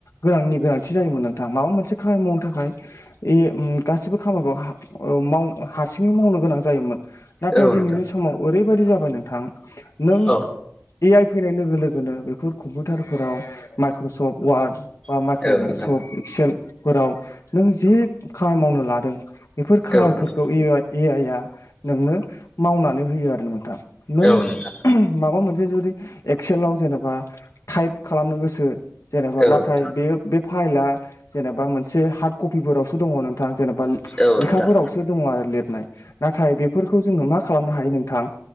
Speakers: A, on the left (about 85°); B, on the left (about 15°).
A: गोनांनि गोनांथि जायोमोन नोंथां माबा मोनसे खामानि मावनो थाखाय ए उम गासैबो खामानिखौ हा ओ माव हारसिंङै मावनो गोनां जायोमोन नाथाय
B: औ
A: दिनैनि
B: नोंथां
A: समाव ओरै बेबायदि जाबाय नोंथां नों
B: औ
A: ए आइ फैनाय लोगो लोगोनो बेखौ कम्पिउटारफोराव माइक्रसफ्ट वार्ड बा
B: औ
A: माइक्र'सफ्ट
B: नोंथां
A: एक्सेल फोराव नों जे खामानि मावनो लादों बेफोर खामानिफोरखौ
B: औ नोंथां
A: ए आइ ए आइआ नोंनो मावनानै होयो आरो नोंथां नों
B: औ नोंथां
A: उमह माबा मोनसे जुदि एक्सेलाव जेनेबा टाइप खालामनो गोसो जेनेबा
B: औ
A: नाथाय
B: नोंथां
A: बेयो बे फाइला जेनेबा मोनसे हार्ट कफिफोरावसो दंङ नोंथां जेनेबा
B: औ नोंथां
A: लेखाफोरावसो
B: औ नोंथां
A: दंङ आरो लिरनाइ नाथाय बेफोरखौ जोंङो मा खालामनो हायो नोंथां